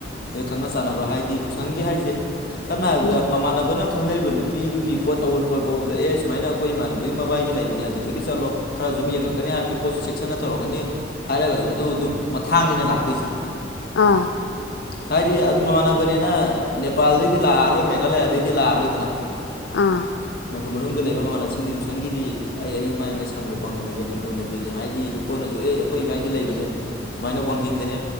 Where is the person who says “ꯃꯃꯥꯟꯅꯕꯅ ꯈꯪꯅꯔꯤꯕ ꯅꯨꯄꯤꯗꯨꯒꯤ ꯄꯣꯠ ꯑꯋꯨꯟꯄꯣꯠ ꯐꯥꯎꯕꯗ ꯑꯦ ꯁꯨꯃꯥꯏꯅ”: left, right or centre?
Left